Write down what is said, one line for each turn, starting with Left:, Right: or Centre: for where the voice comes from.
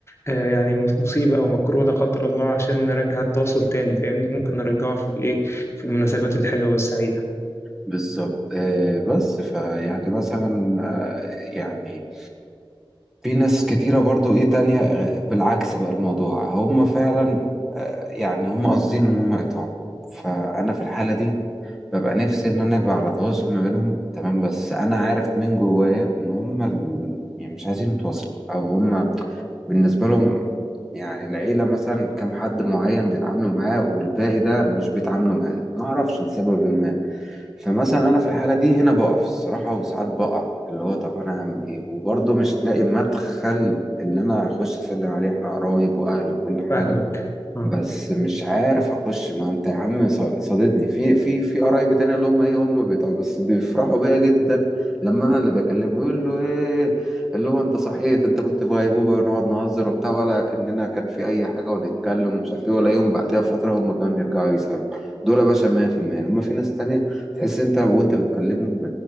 Left: آه، يعني مص- مصيبة أو مكروه لا قدر الله عشان نرجع التواصل تاني فاهمني ممكن نرجعه في الإيه في المناسبات الحلوة والسعيدة
Centre: بالظبط آه، بس فيعني مثلا آه، يعني في ناس كتيرة برضو ايه تانية آه، بالعكس بقى الموضوع هم فعلا آه، يعني هم قاصدين ان هم يقطعوا فانا في الحالة دي ببقى نفسي ان انا ابقى على تواصل ما بينهم تمام بس انا عارف من جوايا ان هم ال- يعني مش عايزين يتواصلوا او هم بالنسبة لهم يعني العيلة مثلا كام حد معين بيتعاملوا معاه والباقي ده مش بيتعاملوا معاه ما اعرفش لسبب ما فمثلا انا في الحاله دي هنا بقف الصراحه وساعات بقع اللي هو طب انا هعمل ايه وبرضه مش تلاقي مدخل اللي انا اخش اسلم عليه احنا قرايب واهل وكل حاجه
Left: فاهمك آه،
Centre: بس مش عارف اخش ما انت يا عم ص- صاددني في في في قرايب تانية اللي هم ايه هم بيطلعوا بس بيفرحوا بيا جدا لما انا اللي بكلمه يقول له ايه اللي هو انت صحيت انت كنت في غيبوبه ونقعد نهزر وبتاع ولا كاننا كان في اي حاجه ونتكلم ومش عارف ايه ولا يوم بعدها بفتره هم كانوا يرجعوا يسالوا دول يا باشا 100% اما في ناس تانية تحس انت وانت بتكلمهم